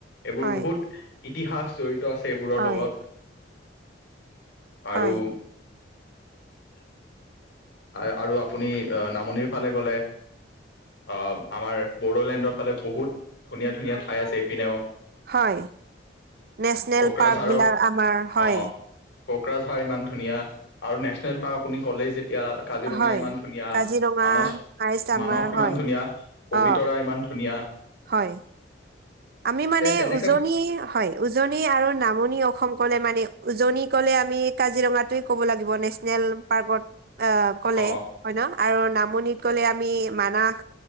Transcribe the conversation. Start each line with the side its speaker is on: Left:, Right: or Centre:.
Left: এইবোৰ
Right: হয়
Left: বহুত, ইতিহাস জড়িত আছে এইবোৰৰ
Right: হয়
Left: লগত আৰু,
Right: হয়
Left: <inaudible> আ আৰু আপুনি নামনিৰ ফালে গ'লে, আহ, আমাৰ বড়োলেণ্ডৰ ফালে বহুত ধুনীয়া ধুনীয়া ঠাই আছে এইপিনেও।
Right: হয়, নেচনেল
Left: কোকৰাঝাৰৰ
Right: পাৰ্কবিলাক আমাৰ। হয়
Left: অ' কোকৰাঝাৰ ইমান ধুনীয়া আৰু নেচনেল পাৰ্ক আপুনি ক'লেই যেতিয়া, কাজিৰঙা
Right: হয়
Left: ইমান ধুনীয়া,
Right: কাজিৰঙা
Left: মানস
Right: হাইষ্ট আমাৰ
Left: মানস ইমান
Right: হয়
Left: ধুনীয়া,
Right: অ
Left: পবিতৰা ইমান ধু ধুনীয়া।
Right: হয়, আমি মানে
Left: তে তেনেকে
Right: উজনিৰ, হয়, উজনি আৰু নামনি অসম ক'লে মানে, উজনি ক'লে আমি কাজিৰঙা টোয়ে ক'ব লাগিব। নেচ নেল পাৰ্কত আ কলে
Left: অ
Right: হয় ন, আৰু নামনিত কলে আমি মানাস।